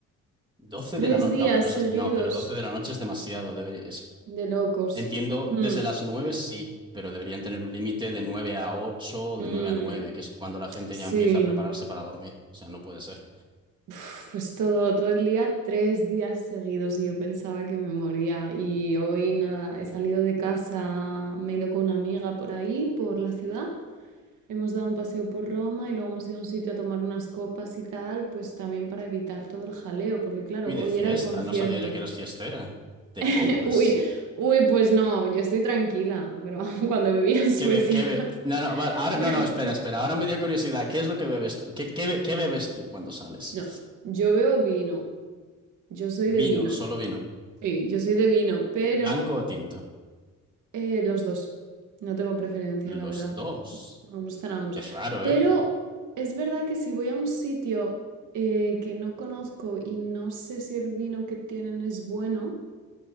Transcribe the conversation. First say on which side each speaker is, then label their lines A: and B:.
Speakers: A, on the right; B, on the right.
A: doce
B: Tres
A: de la noche.
B: días
A: No, pero eso,
B: seguidos
A: es- no, pero 12 de la noche es demasiado. Debería,
B: de locos.
A: Entiendo,
B: Mm,
A: desde las 9 sí, pero deberían tener un límite de 9 a ocho
B: mm,
A: de 9 a nueve que es cuando la gente
B: sí.
A: ya empieza a prepararse para dormir. O sea, no puede ser.
B: Uf, Pues todo, todo el día, tres días seguidos y yo pensaba que me moría. Y hoy nada, he salido de casa, me he ido con una amiga por ahí, por la ciudad. Hemos dado un paseo por Roma y luego hemos ido a un sitio a tomar unas copas y tal, pues también para evitar todo el jaleo, porque claro,
A: Uy, de
B: hoy
A: fiesta,
B: era el concierto.
A: no sabía yo que eras fiestera. De
B: <laughs>
A: copas.
B: Uy, uy, pues no, yo estoy tranquila, pero <laughs> cuando vivía en Suecia,
A: ¿Qué be- qué be- No, no, vale, ahora,
B: <laughs> yo-
A: no, no, espera, espera. Ahora me dio curiosidad. ¿Qué es lo que bebes tú? ¿Qué, qué, be- qué bebes tú cuando sales?
B: no, yo veo vino, yo soy
A: Vino,
B: de vino.
A: solo vino.
B: Sí, yo soy de vino, pero
A: ¿Blanco o tinto?
B: Eh, los dos. No tengo preferencia,
A: Los
B: la verdad.
A: dos.
B: Me gustan ambos.
A: Es raro,
B: Pero
A: ¿eh?
B: es verdad que si voy a un sitio eh, que no conozco y no sé si el vino que tienen es bueno,